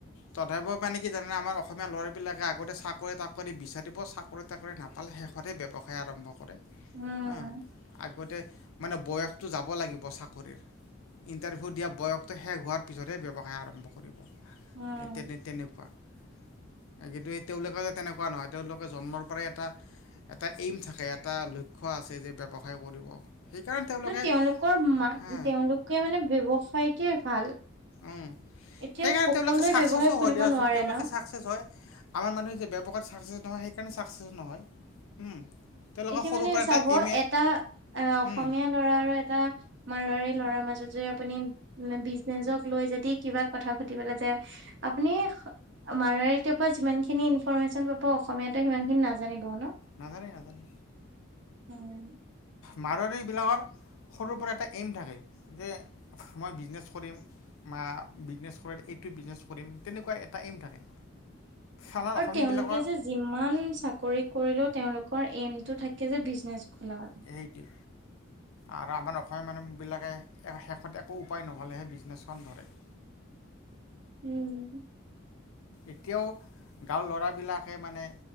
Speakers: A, on the left; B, on the right.
A: তথাপিও মানে কি জানেনে আমাৰ অ অসমীয়া ল'ৰাবিলাকে আগতে চাকৰি তাকৰি বিচাৰিব চাকৰি তাকৰি নাপালে শেষতহে ব্যৱসায় আৰম্ভ কৰে
B: উম
A: হ আগতে মানে বয়সটো যাব লাগিব চাকৰিৰ ইন্টাৰভিউ দিয়া বয়স শেষ হোৱাৰ পাছত হে ব্যবসায়ী আৰম্ভ কৰিব।
B: উম
A: তেনে তেনে কোৱা কিন্তু তেওঁলোকে যে তেনেকুৱা নহয় তেওঁলোকে জন্মৰ পৰাই এটা এটা এইম থাকে এটা লক্ষ্য আছে যে ব্যৱসায় কৰিব সেইকাৰণে তেওঁলোকে
B: ন তেওঁলোকৰ মা
A: হা
B: তেওঁলোকে মানে ব্যৱসায়টে ভাল
A: উম
B: এতিয়া
A: সেইকাৰণে
B: সকলোৱে
A: তেওঁলোকে চাকচেছো
B: ব্যৱসায় খুলিব
A: হয় দিয়া আছো
B: নোৱাৰে
A: তেওঁলোকে
B: ন।
A: চাকচেচ হয় আমাৰ মানুহে যে ব্যৱসায়ত চাকচেছ নহয় সেইকাৰণে চাকচেছ নহয় তেওঁলোকৰ
B: এতিয়া
A: সৰুৰ
B: মানে
A: পৰা এটা
B: চাব
A: এইমে
B: এটা অ অসমীয়া
A: উম
B: ল'ৰা আৰু এটা মাৰোৱাৰী ল'ৰাৰ মাজত যদি আপুনি বিজনেচক লৈ যদি কিবা কথা সুধিব লৈ যায় আপুনি মাৰুৱাৰি টোপা যিমান খিনি ইনফৰৰ্মেশচন পাব অসমীয়াতে সিমান খিনি নাজানিব ন
A: নাজানে নাজানে
B: উম
A: মাৰোৱাৰি বিলাকৰ সৰুৰ পৰা এটা এইম থাকে যে মই বিজনেছ কৰিম মা বিজনেছ কৰে এইটো বিজনেছ কৰিম তেনেকুৱা এটা এইম থাকে আমাৰ অসমীয়াবিলাকৰ
B: আৰু তেওঁলোকে যে যিমান চাকৰি কৰিলেও তেওঁলোকৰ এইম টো থাকে যে বিজনেচ খিলাত
A: সেইটোৱে আৰু আমাৰ অসমীয়া মানুহবিলাকে শেষত একো উপায় নহ'লেহে বিজনেছখন ধৰে <inaudible>
B: উম
A: এতিয়াও গাঁৱৰ ল'ৰাবিলাকে মানে